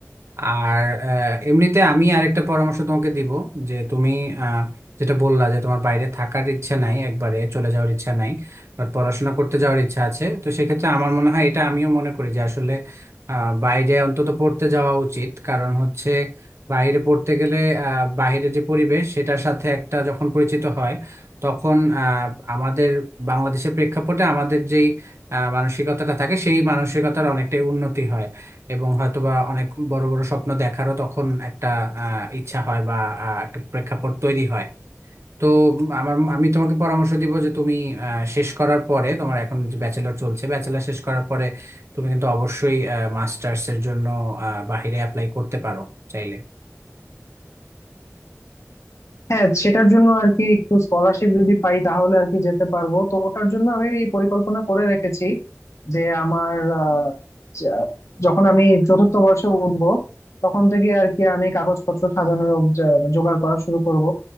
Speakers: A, on the right (about 60°); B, on the left (about 65°).
A: আর আহ, এমনিতে আমি আরেকটা পরামর্শ তোমাকে দিব যে তুমি আহ, যেটা বললা যে তোমার বাইরে থাকার ইচ্ছা নাই একবারে চলে যাওয়ার ইচ্ছা নাই বাট পড়াশোনা করতে যাওয়ার ইচ্ছা আছে তো সেক্ষেত্রে আমার মনে হয় এটা আমিও মনে করি যে আসলে আহ, বাইরে অন্তত পড়তে যাওয়া উচিত কারণ হচ্ছে বাইরে পড়তে গেলে আহ, বাইরের যে পরিবেশ সেটার সাথে একটা যখন পরিচিত হয় তখন আহ, আমাদের বাংলাদেশের প্রেক্ষাপটে আমাদের যেই আহ, মানসিকতাটা থাকে সেই মানসিকতার অনেকটাই উন্নতি হয় এবং হয়তোবা অনেক বড় বড় স্বপ্ন দেখারও তখন একটা আহ, ইচ্ছা হয় বা আহ, একটা প্রেক্ষাপট তৈরি হয় তো উম, আমার আমি তোমাকে পরামর্শ দিব যে তুমি আহ, শেষ করার পরে তোমার এখন যে ব্যাচেলর চলছে ব্যাচেলর শেষ করার পরে তুমি কিন্তু অবশ্যই মাস্টার্স এর জন্য আহ, বাহিরে অ্যাপ্লাই করতে পারো চাইলে
B: হ্যাঁ সেটার জন্য আর কি একটু স্কলারশিপ যদি পাই তাহলে আর কি যেতে পারবো তো ওটার জন্য আমি এই পরিকল্পনা করে রেখেছি যে আমার আহ, যা- যখন আমি চতুর্থ বর্ষে উঠবো তখন থেকে আর কি আমি কাগজপত্র সাজানো যা- জোগাড় করা শুরু করব